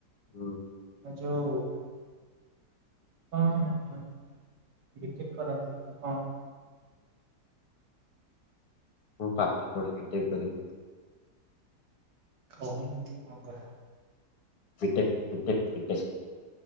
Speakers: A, on the left; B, on the right.
A: ହୁଁ।
B: ଆ ଯୋଉ ଆପଣ ବି ଟେକ୍ କରନ୍ତି ନା କଣ?
A: ମୁଁ ପାଠ ପଢି ବି ଟେକ୍ କରିନି।
B: କହୁନୁ ତୁ କଣ କରୁ?
A: B tech B tech B tech.